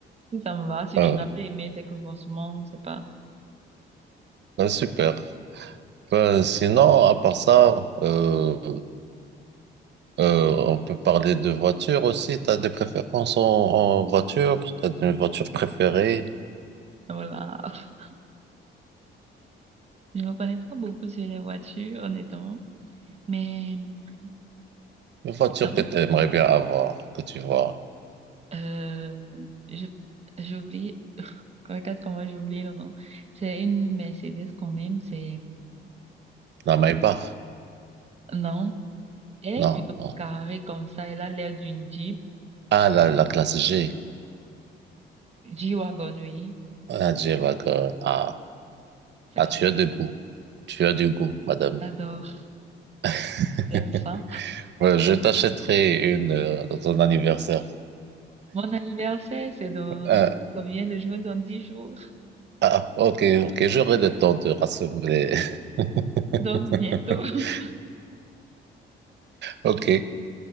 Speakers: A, on the right (about 30°); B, on the right (about 60°).
A: si ça me va, si
B: Ah,
A: tu n'as pas aimé, c'est que forcément, c'est pas...
B: ah, super. Euh, sinon, à part ça, euh, euh, on peut parler de voiture aussi. T'as des préférences en, en voiture? T'as une voiture préférée?
A: Voilà. <laughs> Je ne connais pas beaucoup sur les voitures, honnêtement. Mais, euh,
B: Une voiture
A: quand même
B: que tu aimerais bien avoir, que tu vois.
A: Euh, je- j'ai oublié, <laughs> regarde comment j'ai oublié le nom. C'est une Mercedes quand même, c'est,
B: La Maybach?
A: non, elle
B: Non.
A: est plutôt
B: non.
A: carrée comme ça, elle a l'air d'une Jeep,
B: Ah, la, la classe G.
A: G-Wagon, oui,
B: Ah, G-Wagon. Ah.
A: c'est
B: Ah,
A: ça.
B: tu as du goût. Tu as du goût, madame.
A: J'adore,
B: <laughs>
A: j'aime ça.
B: Ouais, Je t'achèterai une euh, dans ton anniversaire.
A: Mon anniversaire, c'est dans
B: Euh,
A: combien de jours? Dans dix jours.
B: ah, ok, ok, j'aurai le temps de rassembler. <laughs>
A: Donc, bientôt. <laughs>
B: Ok.